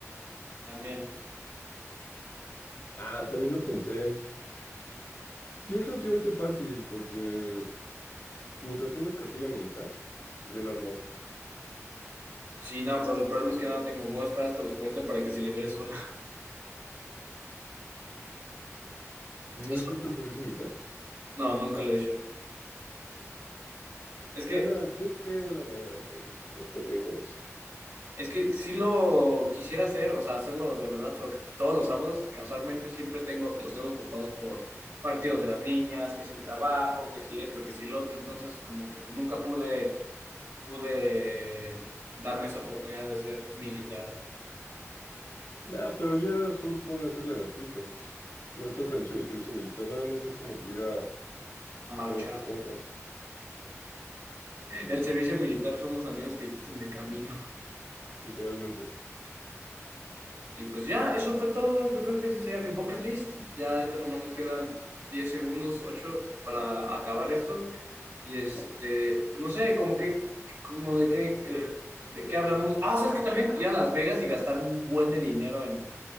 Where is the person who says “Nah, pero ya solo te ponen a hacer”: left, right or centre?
Left